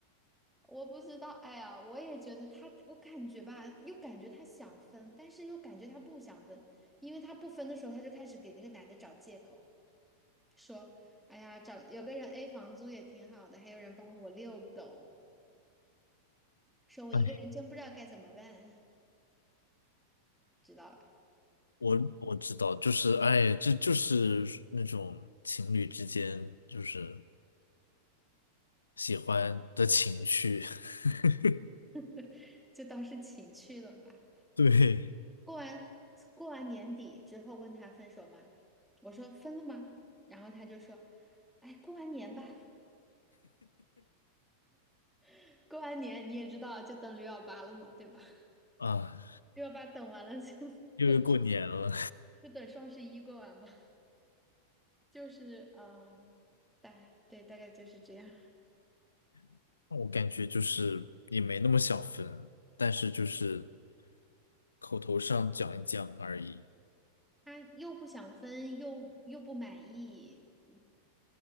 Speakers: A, in the centre; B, on the left (about 75°).
A: 我不知道，哎呀，我也觉得他，我感觉吧，又感觉他想分，但是又感觉他不想分，因为他不分的时候，他就开始给那个男的找借口。说，哎呀，找有个人 A 房租也挺好的，还有人帮我遛狗，说我一个人真不知道该怎么办，
B: <laughs> 哎，
A: 知道吧？
B: 我我知道，就是哎，这就是那种情侣之间就是喜欢的情绪。<laughs>
A: <laughs> 就当是情趣了吧。
B: 对
A: 过完过完年底之后问他分手吗？我说分了吗？然后他就说，哎，过完年吧，<laughs> 过完年你也知道，就等六幺八了嘛，对吧？
B: 啊，
A: 六幺八等完了就 <laughs>
B: 又又过年了，
A: 过，就等双十一过完嘛，就是嗯，大对，大概就是这样。
B: <laughs> 我感觉就是也没那么想分，但是就是口头上讲一讲而已，
A: 他又不想分，又又不满意，嗯